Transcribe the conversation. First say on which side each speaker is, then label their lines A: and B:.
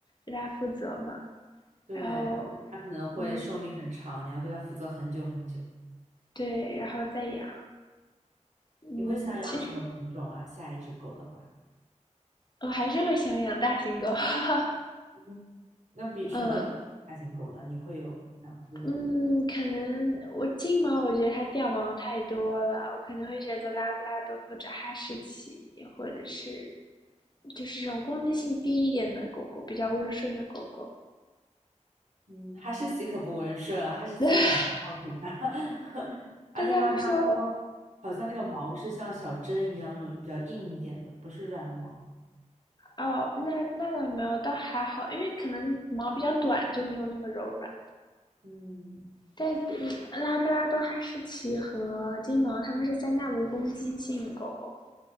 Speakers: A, on the left; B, on the right.
A: 对它负责嘛，
B: 对，
A: 然后
B: 而且它可能会寿命很长，
A: 嗯，
B: 你要对它负责很久很久。
A: 对，然后再养，嗯，
B: 你会想养什么品种啊？
A: 其实
B: 下一只狗的话，
A: 我还是会想养大型狗，<laughs>
B: 嗯，那比什么品种大型狗呢？
A: 嗯
B: 你会有养过吗？
A: 嗯，可能我金毛我觉得它掉毛太多了，我可能会选择拉布拉多或者哈士奇，或者是就是这种攻击性低一点的狗狗，比较温顺的狗狗。
B: 嗯，哈士奇可不温顺，啊。哈士奇很靠谱的，
A: <laughs>
B: <laughs> 而且拉布拉多好像那个毛是像小针一样那种比较硬一点的，
A: 但他们说，
B: 不是软毛。
A: 哦，那那倒没有，倒还好，因为可能毛比较短，就没有那么柔软。
B: 嗯
A: 但嗯拉布拉多、哈士奇和金毛，它们是三大无攻击性狗狗。